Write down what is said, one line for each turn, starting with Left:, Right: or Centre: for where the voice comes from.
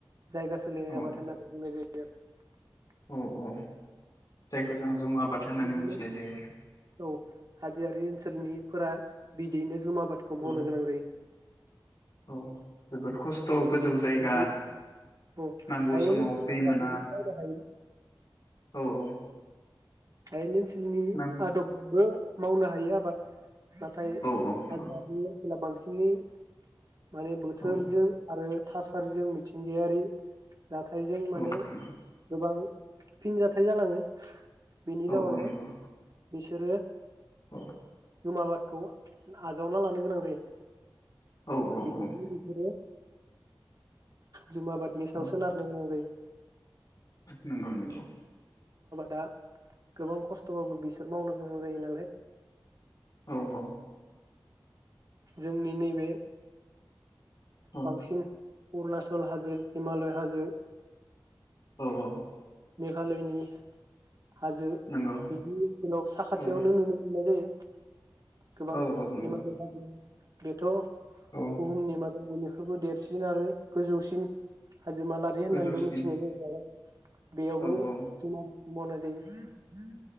Right: जायगा सोलायनाय
Left: औ
Right: आबाद होननानै बुंनाय जायो। <unintelligible>
Left: औ औ जायखौ जों जुम आबाद होननानै
Right: बिदिनो
Left: मिथिनाय जायो आरो।
Right: औ हाजोआरि ओनसोलनिफोरा बिदियैनो जुमा आबा आबादखौ मावनो
Left: औ
Right: गोनां जायो।
Left: औ जोबोद खस्थ गोजौ जायगा
Right: बिदि औ
Left: नांगौ
Right: हायेन
Left: समाव
Right: ओनसोलफोरा
Left: दै मोना
Right: बिदिनो मावनो हायो
Left: औ औ।
Right: हायेन ओनसोल नि
Left: नां
Right: आदबजोंबो। मावनो हायो आबाद नाथाय
Left: औ औ नंगौ
Right: हाजोआरि ओनसोलाव बांसिन सिनि माने बोथोरजों
Left: औ
Right: आरो थासारिजों मिथिंगायारि जाथायजों माने
Left: औ नंगौ
Right: गोबां फिन जाथाय जालाङो। बिनि
Left: औ
Right: जाउनाव
Left: औ नंगौ
Right: बिसोरो
Left: औ
Right: जुमा बादखौ आजावना लानो गोनां जायो।
Left: औ औ
Right: बिबादि
Left: औ
Right: बिसोरो जुमा आ बादनि सायावसो
Left: औ
Right: नारनो गोनां जायो <inaudible>
Left: नंगौ नंगौ
Right: दा गोबां खस्थबाबो बिसोर मावनो गोनां जायो नालाय
Left: औ औ
Right: जोंनि नैबे
Left: औ
Right: बांसिन अरुणाचल हाजो हिमालय हाजो
Left: औ औ
Right: मेघालयनि हाजो
Left: नंगौ
Right: बिदि ओनसोलाव साखाथियावनो
Left: औ
Right: नुनो मोननाय जायो गोबां
Left: औ औ नंगौ
Right: हिमालय हाजो बेथ'
Left: औ
Right: बुहुमनि मादाव बेखौबो देरसिन आरो गोजौसिन हाजोमालारि होननानैबो
Left: गोजौसिन
Right: मिथिनाय जायो नालाय बेयावबो
Left: औ औ
Right: समान <unintelligible> जायो